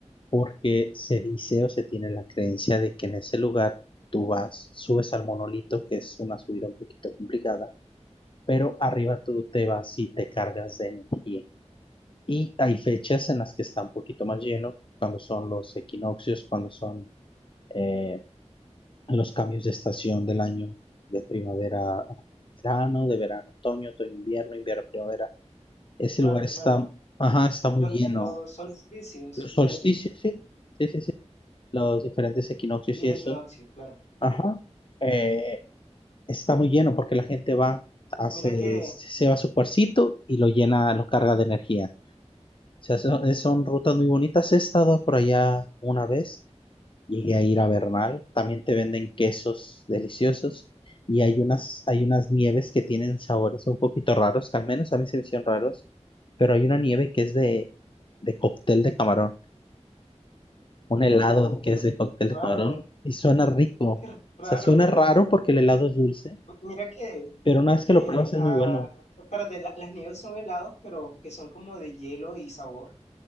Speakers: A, on the left; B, on the left.
A: porque se dice o se tiene la creencia de que en ese lugar tú vas, subes al monolito, que es una subida un poquito complicada, pero arriba tú te vas y te cargas de energía Y hay fechas en las que está un poquito más lleno, cuando son los equinoccios, cuando son eh, los cambios de estación del año, de primavera a verano, de verano a otoño, otoño a invierno, invierno a primavera. Ese
B: Claro,
A: lugar está,
B: claro.
A: ajá, está muy
B: Los,
A: lleno.
B: los solsticios
A: Los
B: y
A: solsticios,
B: el,
A: sí, sí, sí, sí. Los diferentes equinoccios
B: y el
A: y eso,
B: equinoccio, claro.
A: ajá, eh, está muy lleno porque la gente va, hace,
B: Mira que
A: se va a su cuarcito y lo llena, lo carga de energía. sea, son, eh, son rutas muy bonitas. He estado por allá una vez, llegué a ir a Bernal, también te venden quesos deliciosos y hay unas, hay unas nieves que tienen sabores un poquito raros, que al menos a mí se me hicieron raros, pero hay una nieve que es de, de cóctel de camarón, un
B: Oh,
A: helado
B: qué
A: que
B: r-
A: es de cóctel
B: raro,
A: de camarón y suena rico. O
B: qué raro.
A: sea, suena raro porque el helado es dulce,
B: Mira que,
A: pero una vez
B: que,
A: que lo pruebas es
B: ah,
A: muy bueno.
B: espérate, la- las nieves son helados, pero que son como de hielo y sabor,